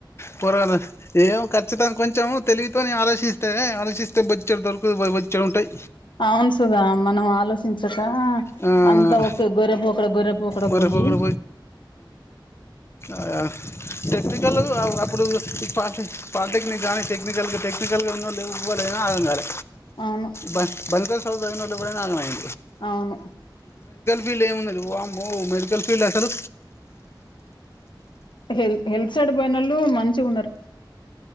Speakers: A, on the left (about 30°); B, on the left (about 70°).
A: పోరగాళ్లు ఏమో క ఖచ్చితంగా కొంచం తెలివితో ఆలోచిస్తే ఆలోచిస్తే బొచ్చడు దొరుకు బొచ్చడు ఉంటాయి
B: అవును సుధా మనం ఆలోచించ తా
A: ఆ
B: అంతా ఒక గొరెపోకడ గొరెపోకడ
A: గొర్రెపోకడ
B: పోయి
A: ఆయ టెక్నికల్ అప్పుడు పాలి పాలిటెక్నిక్ <unintelligible> టెక్నికల్గా టెక్నికల్గా ఉన్నా లేవు ఇ పోలేనా <unintelligible> ఆగం కాల
B: అవును
A: దా దల్కోస్ సదువు సదివిన వాళ్ళు ఎవరన్నా అగం
B: అవును
A: ఫీల్డ్ ఏమిన్నది వామ్మో మెడికల్ ఫీల్డ్ అసలు
B: హెల్త్ హెల్త్ సడ్ పోయినోళ్ళు మంచిగ ఉన్నారు